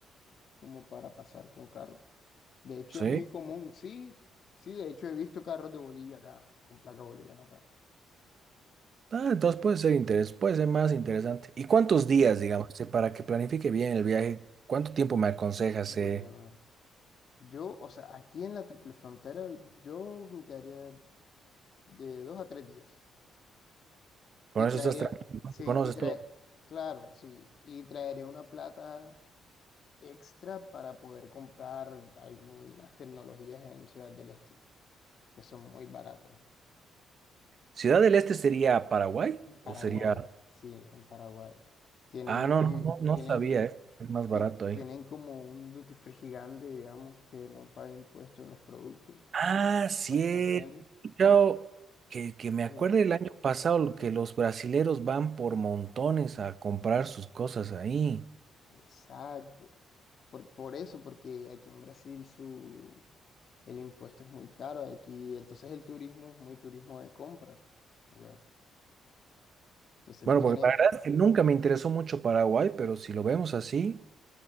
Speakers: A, on the left (about 55°); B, on the right (about 50°).
A: como para pasar con carro. De hecho,
B: ¿Sí?
A: es muy común, sí, sí, de hecho he visto carros de Bolivia acá, con placa boliviana acá.
B: Ah, entonces puede ser interes, puede ser más interesante. ¿Y cuántos días,
A: ¿Sí?
B: digamos, eh, para que planifique bien el viaje? ¿Cuánto tiempo me aconsejas?
A: Bueno,
B: eh?
A: yo, o sea, aquí en la triple frontera, yo me quedaría de dos a tres días.
B: Con
A: Y
B: eso
A: traería,
B: estás tranquilo,
A: sí,
B: ¿No conoces
A: y trae,
B: todo.
A: claro, sí, y traeré una plata extra para poder comprar algunas tecnologías en Ciudad del Este, que son muy baratas.
B: ¿Ciudad del Este sería Paraguay
A: En Paraguay,
B: o sería...
A: sí, en Paraguay. Tienen
B: Ah,
A: muy,
B: no, no, no, no
A: tienen,
B: sabía, eh. Es más
A: sí,
B: barato
A: ti-
B: ahí.
A: tienen como un duty free gigante, digamos, que no paga impuestos en los productos
B: Ah, cierto.
A: para extranjeros.
B: He escuchado que, que me
A: Y
B: acuerdo
A: en-
B: el año pasado lo que los brasileros van por montones a comprar sus cosas ahí.
A: exacto. Por, por eso, porque aquí en Brasil su, el impuesto es muy caro. Aquí, entonces el turismo es muy turismo de compra. ¿ya? Entonces
B: Bueno,
A: vienen,
B: porque la verdad es que nunca me interesó mucho Paraguay, pero si lo vemos así,